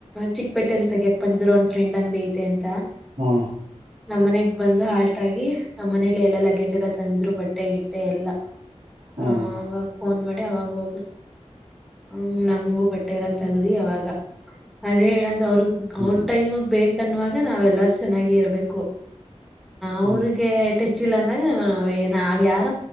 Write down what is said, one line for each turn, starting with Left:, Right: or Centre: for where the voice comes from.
Centre: ಚಿಕ್ಕಪೇಟಲಿ ತೆಗಿಯಕ್ ಬಂದಿದ್ರು ಒನ್ ಫ್ರೆಂಡ್ ಅಂಗ್ಡಿ ಐತೆ ಅಂತ
Right: ಹ
Centre: ನಮ್ಮ್ ಮನೆಗ್ ಬಂದು ಹಾಲ್ಟ್ ಆಗಿ ನಮ್ಮ ಮನೇಲಿ ಎಲ್ಲಾ ಲಗೇಜ್ ಎಲ್ಲ ತಂದಿದ್ರು ಬಟ್ಟೆ ಗಿಟ್ಟೆ ಎಲ್ಲ
Right: ಹ್ಮ್
Centre: ಹ ಅವಾಗ ಫೋನ್ ಮಾಡಿ ಅವಾಗ ಹೋಗ ಹ ನಮಗು ಬಟ್ಟೆ ಎಲ್ಲ ತೆಗ್ದಿ ಅವಾಗ ಅದೇ ಹೇಳದು ಅವ್ರಗ
Right: ಹ್ಮ್
Centre: ಅವ್ರ ಟೈಮ ಬೇಕನ್ನುವಾಗ ನಾವ್ೆಲ್ಲಾರು ಚೆನ್ನಾಗಿ ಇರ್ಬೇಕು
Right: ಹ್ಮ್
Centre: ಅವ್ರಿಗೆ ಟೆಚ್ ಇಿಲ್ಲ ಅಂದಾಗ ನಾವ್ ಯಾರ್